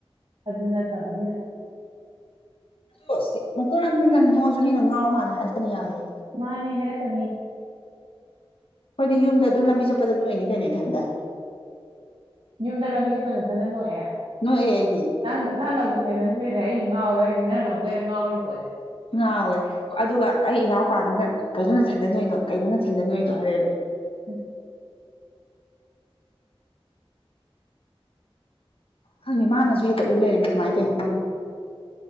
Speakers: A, on the right; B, on the left.
A: ꯑꯗꯨ ꯅꯠꯇꯕꯅꯤꯅ
B: ꯑꯗꯣ ꯁꯤ ꯃꯈꯜ ꯂꯥꯡꯊꯟꯗꯅ ꯃꯣꯁꯨ ꯃꯤꯅ ꯉꯥꯎꯔ ꯃꯥꯜꯅ ꯍꯥꯏꯔꯛꯀꯅꯤ ꯌꯥꯔꯣꯏ
A: ꯃꯥꯅꯦꯦ ꯍꯥꯏꯔ ꯀꯅꯤ
B: ꯑꯩꯈꯣꯏꯗꯤ ꯌꯨꯝꯗ ꯑꯗꯨꯝ ꯂꯝꯕꯤ ꯆꯠꯄꯗꯝ ꯑꯣꯏꯅꯤ ꯀꯩꯅꯣ ꯏꯊꯟꯗ
A: ꯌꯨꯝꯗ ꯂꯝꯕꯤꯖꯕ ꯅꯊꯟꯅ ꯅꯣꯛꯑ
B: ꯅꯣꯛꯑꯦ ꯑꯩꯗꯤ
A: ꯅꯪ ꯅꯪꯅꯕꯨ ꯍꯦ ꯃꯟꯔꯦ ꯑꯩ ꯉꯥꯎꯋꯦ ꯍꯥꯏꯗꯤ ꯅꯪꯅ ꯑꯃꯨꯛꯩꯅ ꯉꯥꯎꯕꯄꯣꯔꯦ
B: ꯉꯥꯎꯋꯦ ꯑꯗꯨꯒ ꯑꯩ ꯏꯅꯥꯎꯄꯥꯗꯨꯅ ꯀꯩꯅꯣꯅ ꯊꯟꯗ ꯅꯣꯏꯗꯣ ꯀꯩꯅꯣꯅ ꯊꯟꯗ ꯅꯣꯏꯗꯣ ꯍꯥꯏꯔꯦꯕ
A: ꯎꯝ
B: ꯈꯪꯉꯦ ꯃꯥꯅꯁꯨ ꯍꯦꯛꯇ ꯎ ꯂꯩꯔꯦꯃꯤ ꯀꯃꯥꯏꯅ ꯇꯩꯅꯣ ꯈꯪꯗꯦ